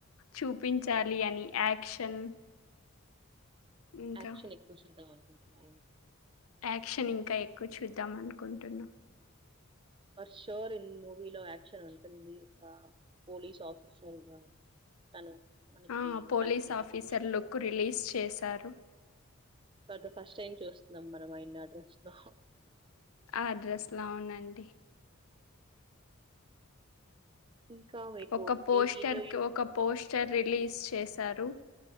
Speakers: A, on the left; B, on the right.
A: చూపించాలి అని యాక్షన్. ఇంకా
B: యాక్షన్ ఎక్కువ చూద్దాం అనుకుంటున్నా.
A: యాక్షన్ ఇంకా ఎక్కువ చూద్దాం అనుకుంటున్నా.
B: ఫర్ షూర్ ఇన్ మూవీలో యాక్షన్ ఉంటుంది ఒక పోలీస్ ఆఫీసర్ గా. తను మనకి
A: ఆ పోలీస్
B: కనపడబోతున్నాడు
A: ఆఫీసర్ లుక్ రిలీజ్ చేశారు.
B: కా ఫస్ట్ టైం చూస్తున్నాం మనం ఆయన్ని అ డ్రస్ లో
A: ఆ డ్రెస్ లో అవునండి
B: ఇంకా మీకు
A: ఒక పోస్టర్
B: ఏ హీరోయిన్
A: కి ఒక పోస్ట్ టర్ రిలీజ్ చేశారు